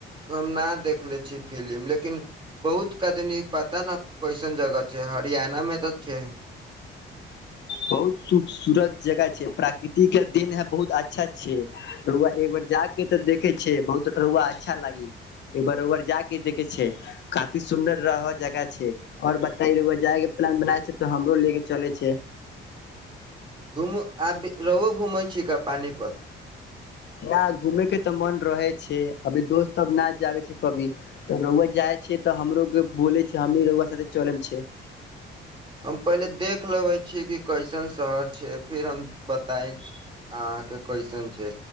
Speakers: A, on the right; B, on the left.
A: हम न देखले छीिय फिलिम लेकिन बहुत कदनी पता न कैसन जगह छै हरियाणा मे तऽ छै।
B: बहुत खूबसूरत जगह छै प्राकृतिक के दन है बहुत। अच्छा अच्छे र। एकबार जा के ते देखे छै। बहुत रआ अच्छा लागी एकार ओार जा के देखे छै। काफी सुन्दर रह जगह छै और बता जाय के प्लान बनाय छै तो हमरो ले के चले छै।
A: घुम आब रहो घुमै छी का पानिीपत।
B: नहि घूमेै के तऽ मन रहै छै। अभी दोस्त सब न जाबे छै। कभी तऽ रआ जाइ छै। तऽ हमरो के बोले छै हमी रआ साथे चले मे छ।
A: हम पहिले देख लेबै छीियै कि कैसन शहर छै। फिर हम बताय अहाँके कैसन छै